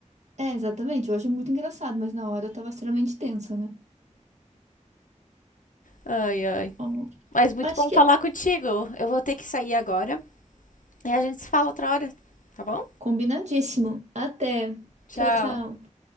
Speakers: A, on the right; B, on the left.
A: É, exatamente. Hoje é muito engraçado, mas na hora eu tava extremamente tensa, né?
B: Ai, ai.
A: Bom,
B: Mas muito
A: Acho
B: bom
A: que
B: falar
A: é
B: contigo. Eu vou ter que sair agora. E a gente se fala outra hora, tá bom?
A: combinadíssimo. Até.
B: Tchau.
A: Tchau, tchau.